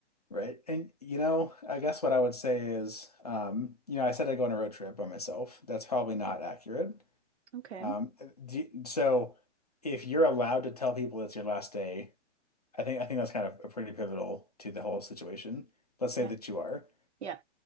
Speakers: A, on the left; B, on the right.
A: Right. And you know, I guess what I would say is, um, you know, I said I go on a road trip by myself. That's probably not accurate.
B: Okay.
A: Um, do, so if you're allowed to tell people it's your last day, I think I think that's kind of a pretty pivotal to the whole situation. Let's say
B: Yeah.
A: that you are.
B: Yeah.